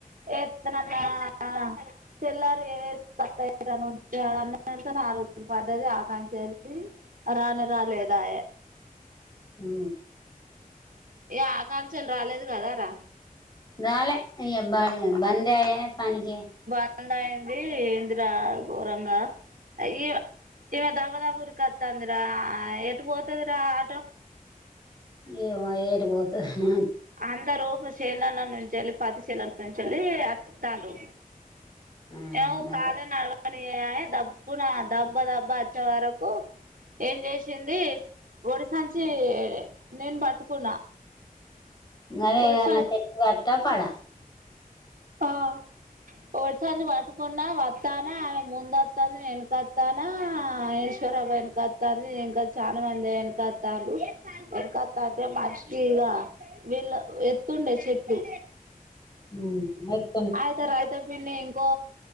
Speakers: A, on the right (about 65°); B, on the left (about 30°).
A: ఎత్తా నన్న ఆ తెల్లారే <unintelligible> ఆరోజు పడ్డది ఆకాం చెల్లి రానే రాలేదు ఆ ఆయే
B: హు
A: ఇగ ఆ ఖాన్ చెల్లి రాలేదు కదా రా
B: రాలే ఇగ బా బందే ఆయే పనినికి
A: డా ఏంది ఏందిరా ఘోరంగా అయి ఇగ దబ్బా దాబ్బా ఊరుకొత్తంది రా ఎటు పోతది రా ఆటో
B: ఏమో ఎటు ఎటు పోతదో నే
A: అందరూ చేనులనే ఉం వెళ్ పత్తి చెల్లల నుంచి వత్తాళ్ళు
B: ఆ
A: ఈమెకు
B: గదే
A: కాలే నడవ పని అయ్యాయి దబ్బున దాబ్బ దాబ్బా వచ్చే వరకు ఏం చేసింది ఒడి సంచి నేను పట్టుకున్నా
B: గాదే
A: ఒడి
B: ఏదన్నా
A: సం
B: చెట్టు తట్టా పడ
A: ఆహ ఓడి సంచి పట్టుకున్నా వత్తాన ఆమె ముందు అత్తంది నేను ఎనుక వత్తనా ఆ వేరే ఆమె ఎనుక వత్తాది ఇంకా చాలా మంది వెనుక వత్తారు వెన్ తాటే మనిషకి ఈగ వీళ్ళ ఎత్తుండే చెట్లు
B: ఉహు ఎత్తు
A: ఆయతారయతే త పిన్ని ఇంకో